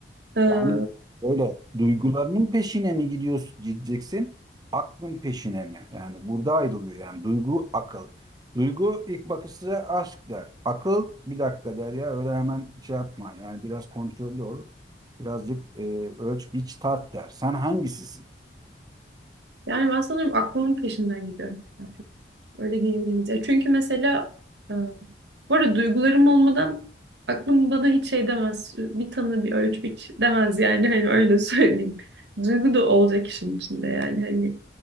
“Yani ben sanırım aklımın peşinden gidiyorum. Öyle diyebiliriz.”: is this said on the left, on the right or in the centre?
Right